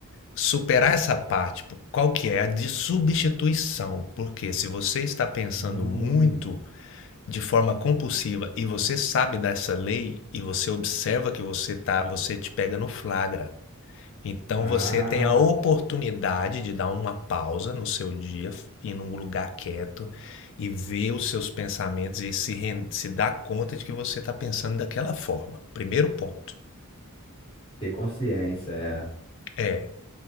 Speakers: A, on the left (about 60°); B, on the left (about 20°).
A: Superar essa parte, po- qual que é? A de substituição. Porque se você está pensando
B: Hum.
A: muito de forma compulsiva e você sabe dessa lei e você observa que você tá, você te pega no flagra. Então
B: Ah,
A: você tem a oportunidade de dar uma pausa no seu dia, f- ir num lugar quieto e ver os seus pensamentos e se, ren- se dar conta de que você está pensando daquela forma. Primeiro ponto.
B: ter consciência, é.
A: É,